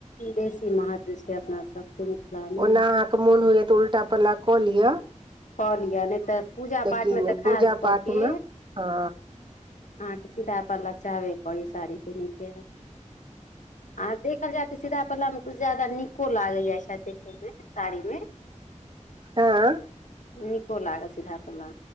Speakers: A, on the left (about 80°); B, on the right (about 40°).
A: बेसी महत्व छै अपना सबके। मिथिलामे
B: ओना अहाँ के मोन होइए तऽ उल्टा पल्ला कऽ लिअ।
A: कऽ लिए। नय तऽ पूजा
B: लेकिन
A: पाठ मे तऽ खास
B: पूजा
A: कऽ
B: पाठमे
A: के,
B: हँ
A: अहाँ के सीधा पल्ला चाहबे करी, साड़ी पेनहै के। आ देखल जाय तऽ सीधा पल्ला मे कुछ ज्यादा नीको लागय जाय छैथ देखै मे। सारी मे।
B: ऐं
A: नीको लागत सीधा पल्ला